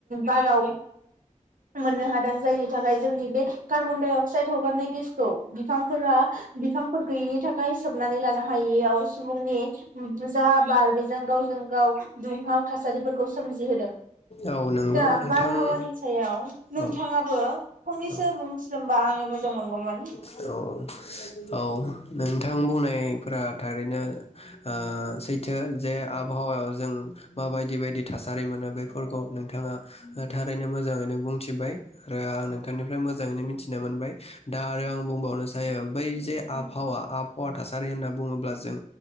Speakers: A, on the right (about 80°); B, on the left (about 50°).
A: बाराव <inaudible> मोननो हादों जायनि थाखाय जोंनि बे कार्बन डाइ अक्साइद हगारनाय गेसखौ बिफांफोरा बिफांफोर गैयिनि थाखाय सोबनानै लानो हायि। बेयाव सुबुंनि जा बार बेजों गावजों गाव दुंहाव थासारिफोरखौ सोमजिहोदों।
B: औ नोंगौ
A: दा
B: नोंथां।
A: बारहावानि सायाव नोंथाङाबो
B: औ
A: फंनैसो
B: औ
A: बुंस्रोमबा आङो मोजां मोनगौमोन।
B: औ औ नोंथां बुंनायफोरा थारैनो आ सैथो जे आबहावायाव जों माबायदि बायदि थासारि मोनो बेफोरखौ नोंथाङा थारैनो मोजाङैनो बुंथिबाय आरो आं नोंथांनिफ्राय मोजाङैनो मिथिना मोनबाय दा आरो आं बुंबावनो सायो बै जे आबहावा आबहावा थासारि होनना बुङोब्ला जों